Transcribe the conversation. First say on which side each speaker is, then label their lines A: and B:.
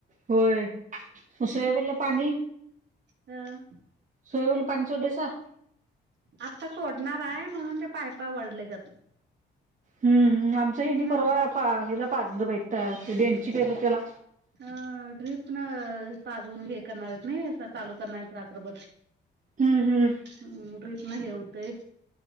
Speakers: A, on the right; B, on the right.
A: होय, म सोयाबीनला पाणी
B: हा अ.
A: सोयाबीनला पाणी सोडलायसा?
B: आता सोडणार हाय, म्हणून ते पायपा वढलयं त्यात.
A: हम आमच हेनी
B: न
A: परवा हेला पाजलं बाई त्या <unintelligible> त्याला
B: ह ड्रीप न पाजवून हे करणार आहेत नाही, चालू करणार आहेत रात्रभर.
A: हम्म हम्म
B: हम् म घरीच नाही हे होत. तेच